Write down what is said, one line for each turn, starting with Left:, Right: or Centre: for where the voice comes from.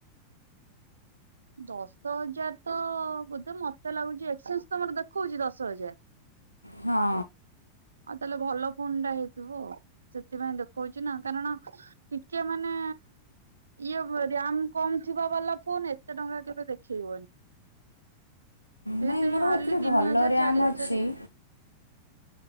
Right: ଦଶ ହଜାର ତ ବୋଧେ ମତେ ଲାଗୁଛି ଏକ୍ସଚେଞ୍ଜ ତମର ଦେଖଉଛି ଦଶ ହଜାର।
Left: ହଁ।
Right: ଆଉ ତାହେଲେ ଭଲ ଫୁନ୍ ଟା ହେଇଥିବ ସେଥିପାଇଁ ଦେଖଉଛି ନା କାରଣ ଟିକେ ମାନେ ଇଏ ବ ରାମ କମ ଥିବା ବାଲା ଫୋନ ଏତ ଏତେ ଟଙ୍କା କେବେ ଦେଖେଇବନି। ସେ
Left: ନାଇଁ
Right: ସେଇ
Left: ମୋର
Right: ହାର୍ଡ଼ଲି
Left: ଏଥିରେ
Right: ତିନି
Left: ଭଲ
Right: ହଜାର
Left: ରାମ୍
Right: ଚାରି ହଜାର
Left: ଅଛି